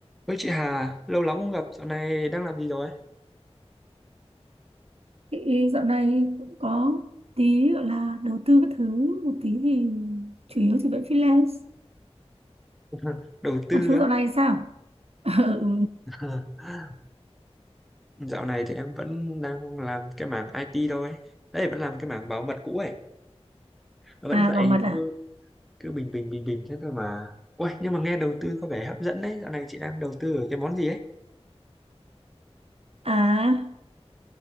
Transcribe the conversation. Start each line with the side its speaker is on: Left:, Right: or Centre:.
Centre: Ôi chị Hà, lâu lắm không gặp, dạo này đang làm gì rồi?
Right: Chị dạo này cũng có tí gọi là đầu tư các thứ một tí thì chủ yếu thì vẫn freelance
Centre: <laughs> Đầu tư
Right: còn chú
Centre: á.
Right: dạo này sao <laughs> Ừ.
Centre: <laughs> Dạo này thì em vẫn đang làm cái mảng IT thôi. Đấy, vẫn làm cái mảng bảo mật cũ ấy. Vẫn
Right: à
Centre: vậy,
Right: bảo mật à
Centre: cứ cứ bình bình bình bình thế thôi mà. Ôi, nhưng mà nghe đầu tư có vẻ hấp dẫn đấy. Dạo này chị đang đầu tư ở cái món gì ấy?
Right: à